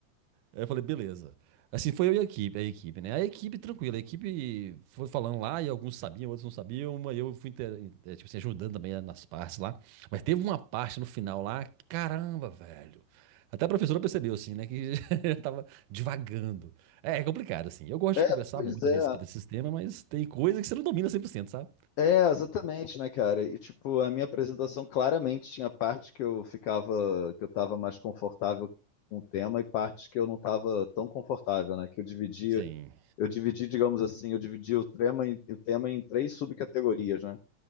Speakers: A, on the right; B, on the left.
A: Aí eu falei, beleza. Assim, foi eu e a equipe, a equipe, né? A equipe tranquila, a equipe foi falando lá e alguns sabiam, outros não sabiam, mas eu fui, inter- eh, tipo assim, ajudando também nas partes lá. Mas teve uma parte no final lá, caramba, velho. Até a professora percebeu, assim, né, que <laughs> eu tava divagando. É, é complicado, assim. Eu gosto
B: É,
A: de conversar
B: pois
A: muito
B: é.
A: a respeito desse tema, mas tem coisa que você não domina cem por cento, sabe?
B: É, exatamente, né, cara? E tipo, a minha apresentação claramente tinha parte que eu ficava, que eu tava mais confortável com o tema e partes que eu não tava tão confortável, né? Que eu dividia,
A: Sim,
B: eu dividi, digamos assim, eu dividia o tema em, o tema em três subcategorias, né?